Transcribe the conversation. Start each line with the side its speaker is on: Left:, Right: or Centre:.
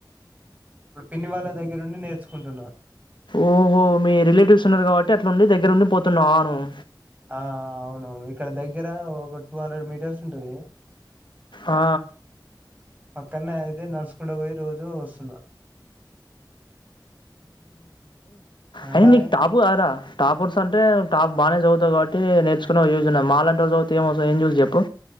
Right: ఇప్పుడు పిన్ని వాళ్ళ దగ్గరుండి నేర్చుకుంటున్నా
Left: ఓహో మీ రిలేటివ్స్ ఉన్నారు కాబట్టి అట్లుండి దగ్గరుండి పోతున్నావా నువు
Right: ఆ అవునవును ఇక్కడ దగ్గర ఒక టూ హండ్రెడ్ మీటర్స్ ఉంటది
Left: ఆ
Right: పక్కనే అయితే నడుచకుంట పోయి రోజు వస్తున్నా అలాగే
Left: అయిన నీకు టాపు ఆరా టాపోస్ అంటే టాప్ బానే చదువుతావ్ కాట్టి నేర్చుకునే యూజ్ ఉనయి మాలంటోలు చదువుతె ఏం వస్ ఏం యూస్ చెప్పు